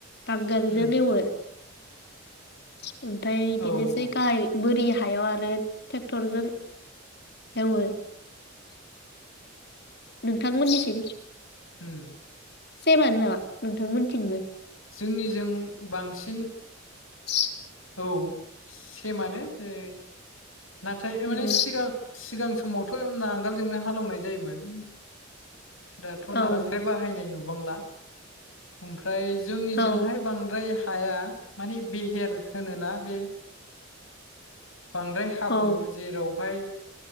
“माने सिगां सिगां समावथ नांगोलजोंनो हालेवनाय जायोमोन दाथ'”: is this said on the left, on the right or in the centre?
Left